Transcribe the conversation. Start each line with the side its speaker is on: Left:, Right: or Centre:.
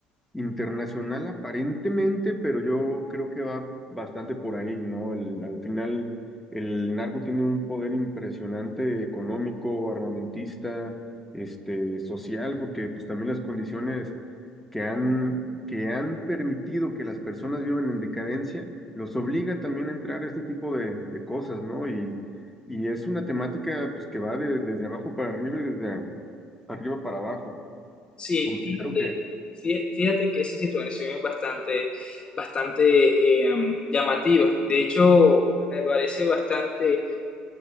Centre: Internacional aparentemente, pero yo creo que va bastante por ahí, ¿no? El- al final, el narco tiene un poder impresionante económico, armamentista, este, social, porque pues también las condiciones que han, que han permitido que las personas vivan en decadencia, los obliga también a entrar a este tipo de, de cosas, ¿no? Y, y es una temática pues que va de- desde abajo para arriba y desde arriba para abajo.
Left: Sí,
Centre: Considero
Left: fíjate, fí- fíjate que esa situación es bastante, bastante eh, llamativa. De hecho, me parece bastante